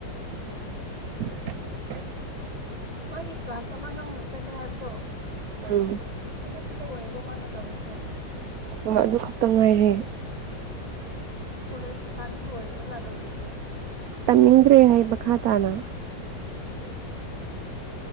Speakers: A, on the right (about 70°); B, on the right (about 20°).
A: ꯎꯝ
B: ꯃꯥꯒꯤ ꯀ꯭ꯂꯥꯁ ꯑꯃ ꯅꯧꯅ ꯆꯠꯂꯦ ꯍꯥꯏꯕꯗꯣ
A: ꯎꯝ
B: ꯑꯗꯨ ꯈꯛꯇ ꯑꯣꯏꯔꯕꯣ ꯃꯥꯅ ꯇꯧꯔꯤꯁꯦ
A: ꯍꯣꯏ ꯑꯗꯨ ꯈꯛꯇ ꯉꯥꯏꯔꯦ
B: ꯀꯣꯂꯦꯖ ꯀꯩꯀꯥꯗꯤ ꯂꯣꯏꯔꯕꯖꯥꯠꯔꯣ ꯑꯗꯨꯗꯤ
A: ꯇꯝꯅꯤꯡꯗ꯭ꯔꯦ ꯍꯥꯏ ꯃꯈꯥ ꯇꯥꯅ
B: ꯑꯦ